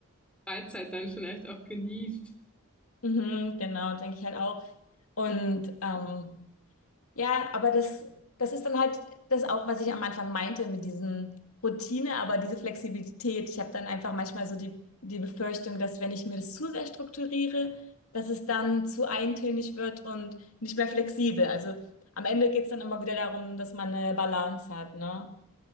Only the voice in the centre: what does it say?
Freizeit dann vielleicht auch genießt.